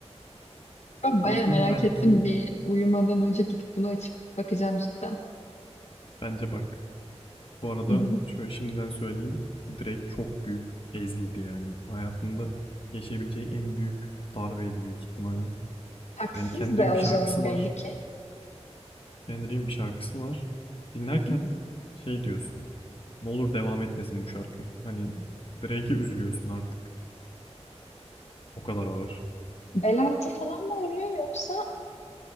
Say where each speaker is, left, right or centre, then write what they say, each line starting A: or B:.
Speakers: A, on the left; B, on the left.
A: Ben bayağı
B: O yüzden
A: merak
B: belki
A: ettim. Bir uyumadan önce gidip bunu açıp bakacağım cidden.
B: bence bak Bu arada
A: Hı hı.
B: şöyle şimdiden söyleyeyim. Direkt çok büyük ezildi yani. Hayatında yaşayabileceği en büyük darbeydi büyük ihtimalle.
A: Haksız
B: Yani Kendrick'in
A: da
B: bir
A: o
B: şarkısı
A: zaman belli
B: var.
A: ki.
B: Kendrick'in bir şarkısı var. Dinlerken
A: Hı hı.
B: şey diyorsun. Ne olur devam etmesin bu şarkı. Hani Drake'e üzülüyorsun artık. O kadar ağır.
A: Bel altı falan mı oluyor yoksa?